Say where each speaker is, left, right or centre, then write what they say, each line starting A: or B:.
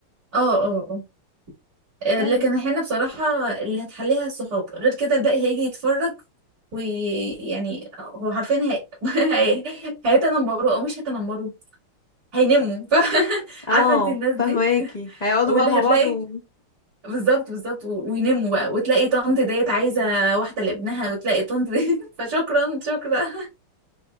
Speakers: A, on the right; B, on the left.
A: اه اه آه. آه،
B: طيب
A: لكن احنا بصراحة اللي هتحليها الصحاب غير كده الباقي هيجي يتفرج ويعني هو حرفيا هي... <laughs> هي... هيتنمروا او مش هيتنمروا هينموا <laughs> ف...
B: اه
A: عارفة انت الناس دي
B: فهماكي
A: <laughs>
B: هيقعدوا
A: واللي
B: بقى مع
A: هتلاقي
B: بعض و...
A: بالظبط بالظبط و... وينموا بقى وتلاقي طنط ديت عايزة واحدة لابنها وتلاقي طنط
B: <laughs>
A: دي <laughs> فشكرا شكرا